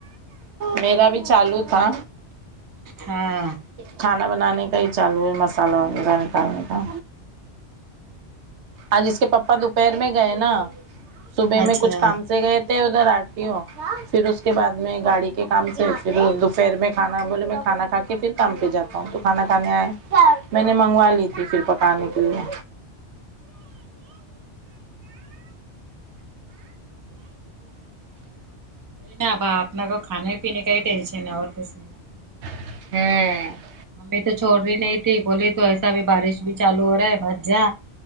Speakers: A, on the right (about 70°); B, on the right (about 25°).
A: میرا بھی چالو تھا
B: ہاں
A: کھانا بنانے کا ہی چالو ہے مسالہ وغیرہ نکالنے کا آج اس کے پپا دوپہر میں گئے نا صبح
B: اچھا
A: میں کچھ کام سے گئے ادھر آرٹی ہو پھر اس کے بعد میں گاڑی کے کام سے پھر دوپہر میں کھانا بولے میں کھانا کھا کے پھر کام پہ جاتا ہوں تو کھانا کھانے آئے میں نے منگوا لی تھی پھر پکانے کے لیے
B: نہ با اپنے کو کھانے پینے کا ہی ٹینشن ہے اور کچھ نہیں
A: ہم
B: ممی تو چوڑ رہی نہیں تھی بولی تو ایسا بھی بارش بھی چالو ہو رہا ہے مت جا